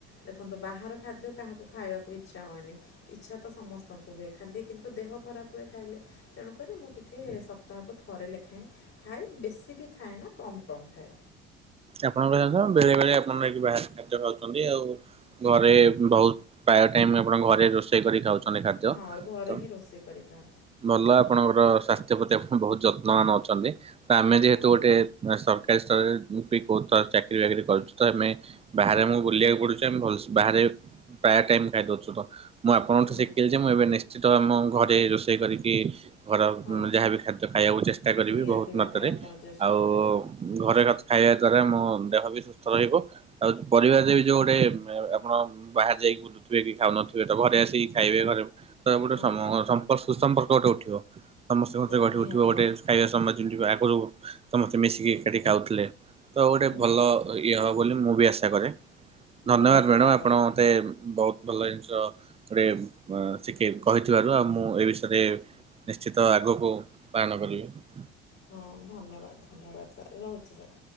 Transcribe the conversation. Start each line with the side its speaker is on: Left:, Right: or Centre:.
Left: ଦେଖନ୍ତୁ ବାହାର ଖାଦ୍ୟ କା କାହାକୁ ଖାଇବାକୁ ଇଚ୍ଛା ହୁଏନି। ଇଚ୍ଛା ତ ସମସ୍ତଙ୍କୁ ହୁଏ ଖାଲି କିନ୍ତୁ ଦେହ ଖରାପ ହୁଏ ଖାଇଲେ। ତେଣୁକରି ମୁଁ ଟିକିଏ ସପ୍ତାହକୁ ଥରେ ଲେଖାଏଁ ଖାଏ, ବେଶୀ ବି ଖାଏ ନା କମ୍ କମ୍ ଖାଏ।
Right: ଆପଣଙ୍କ ଜାଣିଚ ନା ବେଳେ ବେଳେ ଆପଣ ନେଇକି ବାହାର ଖାଦ୍ୟ ଖାଉଚନ୍ତି, ଆଉ ଘରେ ବହୁତ ଖାଇଆ ଟାଇମ୍ ଆପଣଙ୍କ ଘରେ ରୋଷେଇ କରି ଖାଉଛ ଅନେକ ଖାଦ୍ୟ।
Left: ହଁ ଘରେ
Right: ତ
Left: ହିଁ ରୋଷେଇ କରି ଖାଉ
Right: ଭଲ ଆପଣଙ୍କର ସ୍ୱାସ୍ଥ୍ୟ ପ୍ରତି ଆପଣ ବହୁତ ଯତ୍ନ ନନ ଅଛନ୍ତି। ତ ଆମେ ଯେହେତୁ
Left: ହଁ
Right: ଗୋଟେ ବା ସରକାରୀ ସ୍ତରରେ ପି ବହୁତ ଥର ଚାକିରୀ ବାକିରୀ କରୁଛୁ, ତ ଆମେ ବାହାରେ ଆମକୁ ବୁଲିବାକୁ ପଡୁଚି ଆମେ ଭଲସ ବାହାରେ ପ୍ରାୟ ଟାଇମ ଖାଇଦଉଛୁ ତ। ମୁଁ ଆପଣଙ୍କଠୁ
Left: ହଁ
Right: ଶିଖିଲି ଯେ ମୁଁ ଏବେ ନିଶ୍ଚିତ ଆମ ଘରେ ରୋଷେଇ କରିକି ଘର
Left: ହଁ ହଁ
Right: ଯାହାବି ଖାଦ୍ୟ ଖାଇବାକୁ ଚେଷ୍ଟା କରିବି
Left: ନିହାତି
Right: ବହୁତ
Left: ଭାବରେ
Right: ମାତ୍ରାରେ,
Left: ଆପଣ ଚେଷ୍ଟା
Right: ଆଉ
Left: କରିବେ।
Right: ଘରେ ଖାଇବା ଦ୍ଵାରା ମୋ ଦେହ ବି ସୁସ୍ଥ ରହିବ ଆଉ ପରିବାରରେ ବି ଯୋଉ ଗୋଟେ ଆପଣ ବାହାରେ ଯାଇକି ବୁଲୁ ଥିବେ କି ଖାଉନଥିବେ ତ ଘରେ ଆସିକି ଖାଇବେ, ଘରେ ତ ଗୋଟେ
Left: ହଁ
Right: ସମ ସମ୍ପର୍କ ସୁସମ୍ପର୍କ ଗୋଟେ ଉଠିବ। ସମସ୍ତଙ୍କ
Left: ହଁ
Right: ସହ ଗଢି
Left: ନିହାତି
Right: ଉଠିବ ଗୋଟେ
Left: ଭାବରେ
Right: ଖାଇବା ସମୟ ଯେମିତି ଆଗୁରୁ ସମସ୍ତେ ମିଶିକି ଏକାଠି ଖାଉଥିଲେ ତ ଗୋଟେ
Left: ହୁଁ
Right: ଭଲ ଇଏ ହବ ବୋଲି ମୁଁ ବି ଆଶା କରେ। ଧନ୍ୟବାଦ
Left: ନିହାତି
Right: ମ୍ୟାଡମ।
Left: ଭାବରେ
Right: ଆପଣ ମତେ ବହୁତ ଭଲ ଜିନିଷ ଗୋଟେ ଶିକେଇ କହିଥିବାରୁ ଆଉ ମୁଁ ଏ ବିଷୟରେ ନିଶ୍ଚିତ ଆଗକୁ ପାଳନ କରିବି।
Left: ହଁ ଧନ୍ୟବାଦ ଧନ୍ୟବାଦ ସାର୍ ରହୁଛି ସାର୍।